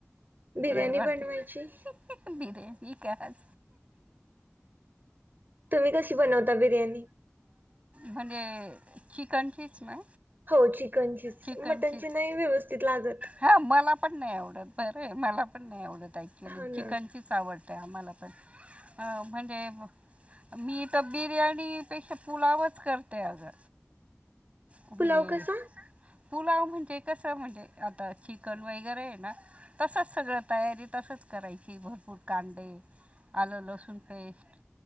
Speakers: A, on the right; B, on the right.
A: बिर्याणी
B: रविवार
A: बनवायची
B: ते. बिर्यानी का आज?
A: तुम्ही कशी बनवता बिर्याणी.
B: म्हणजे चिकनचीच ना?
A: हो, चिकनचीच.
B: चिकनचीच
A: मटणची नाही व्यवस्थित लागत.
B: हा, मला पण नाही आवडत. बरं आहे, मला पण नाही आवडत. ऍक्च्युली
A: हो ना
B: चिकनचीच आवडतंय आम्हाला पण, अ म्हणजे मी तर बिर्याणीपेक्षा, पुलावच करते अगं. म्हणजे
A: पुलाव कसा
B: पुलाव म्हणजे कसं म्हणजे आता चिकन वगैरे आहे ना तसंच सगळं तयारी तसंच करायची, भरपूर कांदे, आलू, लसुण पेस्ट